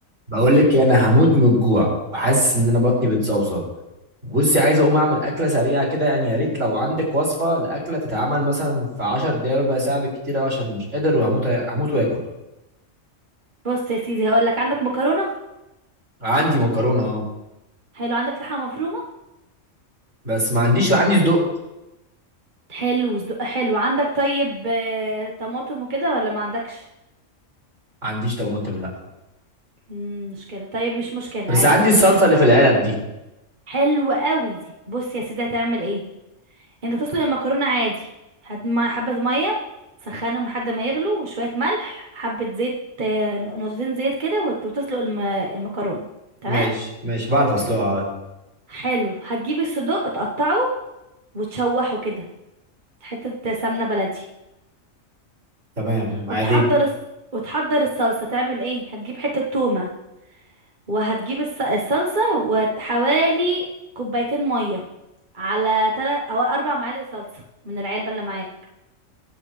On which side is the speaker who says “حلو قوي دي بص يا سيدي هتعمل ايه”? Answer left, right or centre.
Right